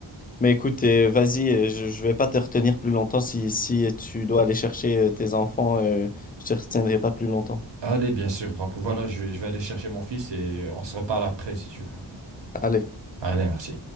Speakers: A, on the left (about 20°); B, on the right (about 65°).
A: Mais écoute, euh, vas-y, euh, je, je vais pas te retenir plus longtemps. Si, si tu dois aller chercher euh, tes enfants, euh, je te retiendrai pas plus longtemps.
B: Allez, bien sûr. Donc voilà, je vais, je vais aller chercher mon fils et on se reparle après si tu veux.
A: Allez.
B: Allez, merci.